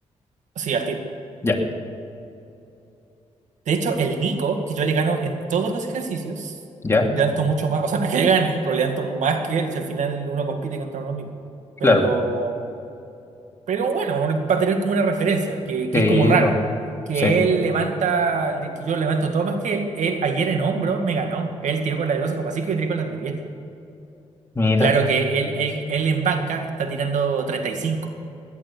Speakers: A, on the right (about 75°); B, on the left (about 20°).
A: sí, al tiro.
B: Ya,
A: De hecho, el Nico, que yo le gano en todos los ejercicios,
B: ya,
A: le danto mucho más, o sea, no es que le gane, pero le danto más que él, si al final uno compite contra uno mismo.
B: claro.
A: Pero, pero bueno, para tener como una referencia, que, que
B: Sí,
A: es como raro,
B: po.
A: que
B: Sí.
A: él levanta, le- que yo levanto todo más que él, él ayer en hombro me ganó, él tiró con la de doce coma cinco y yo tiré con las de 10.
B: Mira,
A: Claro que él, él, él en banca está tirando 35.